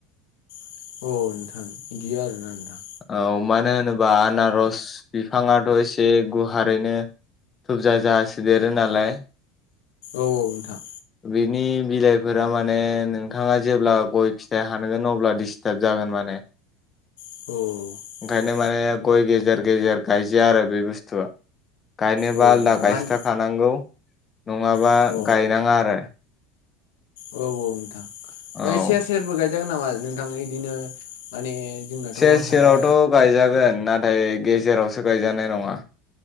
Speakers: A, on the left; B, on the left.
A: अ नोंथां बिदि आरोना
B: औ मानो होनोबा आनारस बिफाङाथ' एसे गुहारैनो थुबजा जासो देरो नालाय
A: औ औ नोंथां
B: बिनि बिलाइफोरा माने नोंथाङा जेब्ला गय फिथाइ हानगोन अब्ला डिस्टार्ब जागोन माने <inaudible>
A: औ
B: ओंखायनो माने गय गेजेर गेजेर गायजाया आरो बे बुस्थुआ गायनोबा
A: औ
B: आलदा गायसथाखानांगौ
A: मानि
B: नङाबा
A: अ
B: गायनाङा आरो
A: औ औ नोंथां ओमफ्राय
B: औ
A: सेर सेरबो गायजागोन नामा नोंथां बिदिनो माने जोंनाथ'
B: सेर सेरावथ'
A: हाया
B: गायजागोन नाथाय गेजेरावसो गायजानाय नङा